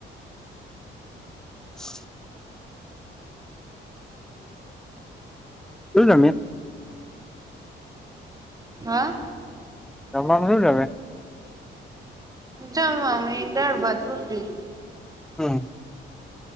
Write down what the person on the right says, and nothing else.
હા?
જમવામાં ઈડા, ભાત, રોટલી.